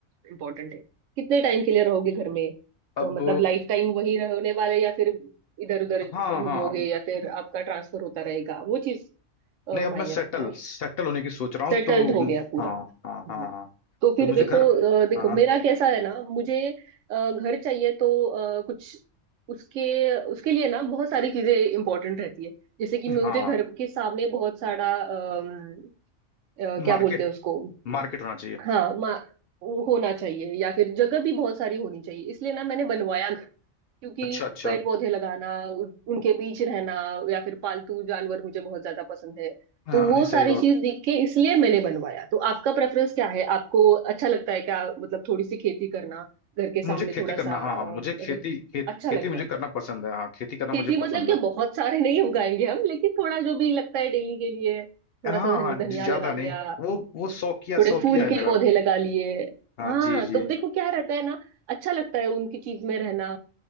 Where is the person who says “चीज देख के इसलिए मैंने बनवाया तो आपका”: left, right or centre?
Right